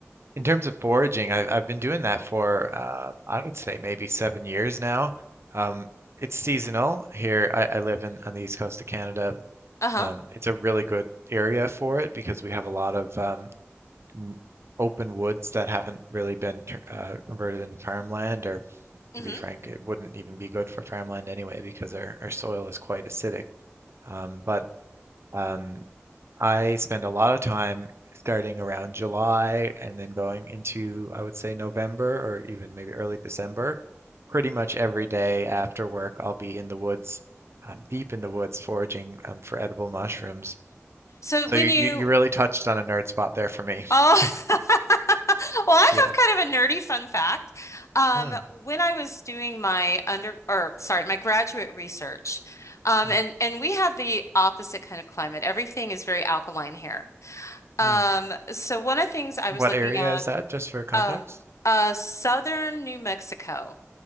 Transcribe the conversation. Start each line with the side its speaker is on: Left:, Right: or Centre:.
Right: In terms of foraging, I've I've been doing that for uh, I would say maybe seven years now. Um, it's seasonal here. I, I live in on the east coast of Canada.
Left: uh-huh.
Right: Um, it's a really good area for it because we have a lot of um, n- open woods that haven't really been tur- uh, converted into farmland, or
Left: hmm
Right: to be frank, it wouldn't even be good for farmland anyway because our, our soil is quite acidic. Um, but um, I spend a lot of time starting around July and then going into, I would say, November or even maybe early December. Pretty much every day after work, I'll be in the woods, um, deep in the woods, foraging um, for edible mushrooms.
Left: So when
Right: So you,
Left: you
Right: you, you really touched on a nerd spot there for me.
Left: oh
Right: <laughs>
Left: <laughs> well, I
Right: Yeah.
Left: have kind of a nerdy fun fact. Um,
Right: Hmm.
Left: when I was doing my under or sorry, my graduate research, um,
Right: hmm,
Left: and and we have the opposite kind of climate. Everything is very alkaline here. Um,
Right: hmm.
Left: so one of the things I
Right: What
Left: was looking
Right: area
Left: at,
Right: is that, just for context?
Left: um, uh, southern New Mexico.